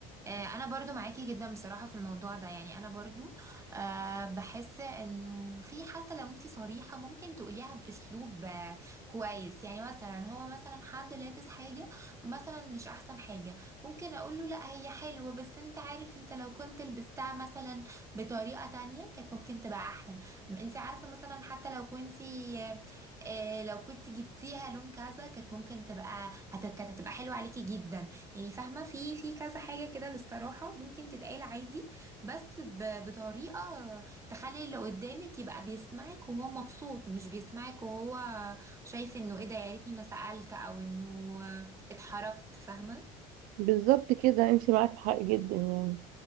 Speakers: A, on the right; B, on the right.
A: آه، انا برضو معاكي جدا بصراحة في الموضوع ده يعني انا برضو آه، بحس انه في حتى لو انتي صريحة ممكن تقوليها باسلوب آه، كويس يعني مثلا هو مثلا حد لابس حاجة مثلا مش احسن حاجة ممكن اقول له لا هي حلوة بس انت عارف انت لو كنت لبستها مثلا بطريقة تانية كانت ممكن تبقى احلى انت عارفة مثلا حتى لو كنتي آه، آه، لو كنت جبتيها لون كذا كانت ممكن تبقى هت- كانت هتبقى حلوة عليكي جدا يعني فاهمة في في كذا حاجة كده للصراحة ممكن تتقال عادي بس ب- بطريقة تخلي اللي قدامك يبقى بيسمعك وهو مبسوط مش بيسمعك وهو شايف انه ايه ده يا ريتني ما سألت او انه اتحركت فاهمة
B: بالظبط كده انت معاك حق جدا يعني